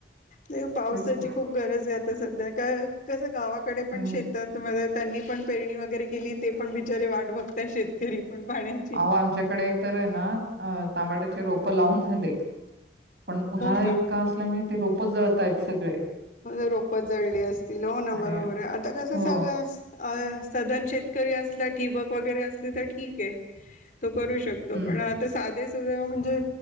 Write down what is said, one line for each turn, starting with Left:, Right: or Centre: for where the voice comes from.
Left: नाही पावसाची
Right: तेच तर
Left: खूप गरज आहे. सध्या काय कस गावाकडे पण
Right: हम्म.
Left: शेतात मध्ये त्यांनी पण पेरणी वगैरे केली, ते पण बिचारे वाट बघताय शेतकरी पण पाण्याची
Right: अहो, आमच्याकडे तर ना तमाट्याचे रोप लावून झाले. पण उन्हाळा
Left: हो का
Right: इतका असल्यामुळे, ते रोपच जळतय सगळे.
Left: रोपत जळली असतील, हो ना
Right: आणि
Left: बरोबर आहे, आता कसं
Right: हो.
Left: सगळं सदन शेतकरी असला ठिबक वगैरे असली, तर ठीक आहे. तो करू शकतो,
Right: हं.
Left: पण आता साधेच- म्हणजे